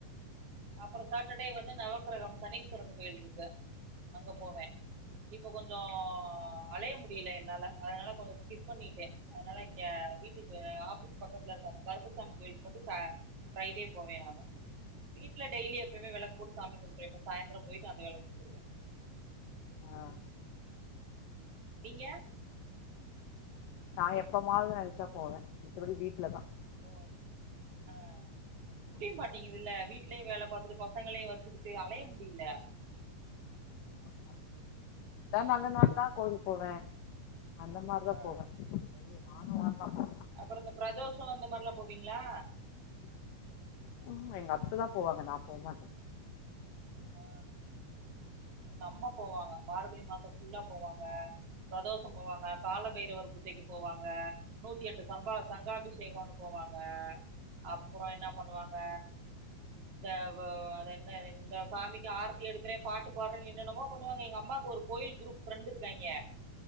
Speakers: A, on the right (about 45°); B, on the left (about 80°).
A: அப்ரோ சாட்டர்டே வந்து நவக்கிரகம் பன்னீஸ்வரன் கோயில்ருக்கு அங்க போவே இப்ப கொஞ்சோ அழய முடில என்னால அதனால கொஞ்சோ ஸ்கிப் பண்ணிட்டே அதனால இங்க வீட்டுக்கு ஆஃபீஸ் பக்கத்துலருக்க அந்த கருப்பசாமி கோயில்க்கு மட்டு பெ ஃப்ரைடே போவே நானு வீட்ல டெய்லி எப்பைமே வெளக்கு போட்டு சாமி கும்ட்ருவே இப்ப சாய்ந்தரம் பொயிட்டு அந்த வேல செஞ்சுருவே
B: ஆ
A: நீங்க
B: நா எப்பமாது நெனச்சா போவே மித்தபடி வீட்லதா
A: ஓ ஆ முடிய மாட்டீங்குதுல வீட்லயு வேல பாத்துட்டு பசங்களையு வச்சுக்குட்டு அலைய முடில
B: ஆமா எதா நல்ல நாள்னா கோயில்க்‌கு போவே அந்த மாரிதா
A: ஆ
B: போவே செரி நானு வர்லா தா
A: அப்றொ இந்த பிரதோஷோ அந்த மார்லா போவீங்களா
B: ம் எங்க அத்த தா போவாங்க நா போமாட்ட
A: ஆ எங்க அம்மா போவாங்க மார்கழி மாசோ ஃபுல்லா போவாங்க பிரதோஷ் போவாங்க கால இரவ் ஒரு பூஜைக்கு போவாங்க நூத்தி எட்டு சம்பா சங்காபிஷேகனு போவாங்க அப்றோ என்ன பண்ணுவாங்க இந்த அது என்ன இந்த சாமிக்கு ஆர்த்தி எடுக்றே பாட்டு பாட்ற என்னனமோ பண்ணுவாங்க எங்க அம்மாக்கு ஒரு கோயில் குரூப் ஃப்ரெண்டு இருக்காய்ங்க